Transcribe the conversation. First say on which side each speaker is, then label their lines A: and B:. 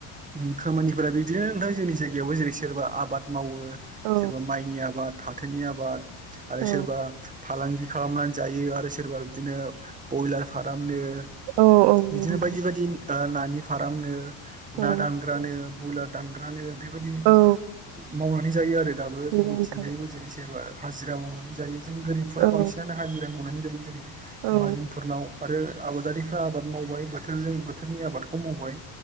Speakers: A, on the right; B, on the right.
A: ओम खामानिफोरा बि बिदिनो नोंथां। जोंनि जायगायावबो जेरै' सोरबा आबाद मावो
B: औ
A: सोरबा माइनि आबाद फाथोनि आबाद आरो
B: औ
A: सोरबा फालांगि खालामनानै जायो आरो सोरबा बिदिनो बयलार फारामनो बिदिनो
B: औ औ नंगौ नोंथां
A: बायदि बायदि ओ नानि फारामनो ना
B: औ
A: दानग्रानो बयलार दानग्रानो बेबायाददि
B: औ
A: मावनानै जायो आरो दाबो
B: नंगौ
A: जोंनिथिंजायबो
B: नोंथां
A: जेरै सेबा हाजिरा मावनानै जायो जों गोरिबफोरा
B: औ
A: बांसिनानो हाजिरा मावनानै जायो जेरै
B: औ
A: माहाजोन फोरनाव। आरो आबादारिफ्रा आबाद मावबाय बोथोरजों बोथोरनि आबाद खौ मावबाय।